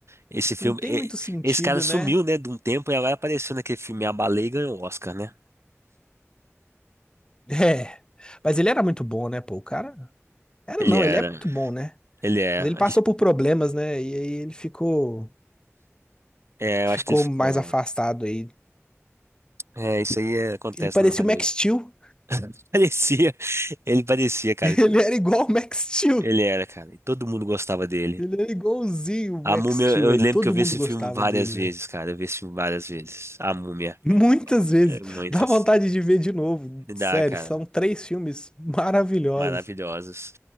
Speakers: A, on the right; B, on the left.
A: Esse filme,
B: Não tem
A: e-
B: muito sentido,
A: esse cara sumiu,
B: né?
A: né, de um tempo e agora apareceu naquele filme A Baleia e ganhou o Oscar, né?
B: É. Mas ele era muito bom, né, pô? O cara. Era
A: Ele
B: não,
A: era,
B: ele é muito bom, né?
A: ele é.
B: Mas
A: acho-
B: ele passou por problemas, né? E aí ele ficou.
A: É,
B: Ficou
A: eu acho que ele ficou.
B: mais afastado aí.
A: É, isso aí é- acontece
B: Ele parecia
A: no Hollywood.
B: o Max Steel.
A: <laughs> Parecia, ele parecia,
B: <laughs>
A: cara.
B: Ele era igual o Max Steel.
A: Ele era, cara. E todo mundo gostava dele.
B: Ele era igualzinho o
A: A
B: Max
A: Múmia,
B: Steel,
A: eu
B: velho.
A: lembro
B: Todo
A: que eu vi
B: mundo
A: esse
B: gostava
A: filme várias
B: dele,
A: vezes,
B: velho.
A: cara. Eu vi esse filme várias vezes. A Múmia.
B: Muitas vezes.
A: É, muitas.
B: Dá vontade de ver de novo.
A: Me dá,
B: Sério,
A: cara.
B: são três filmes maravilhosos.
A: Maravilhosas.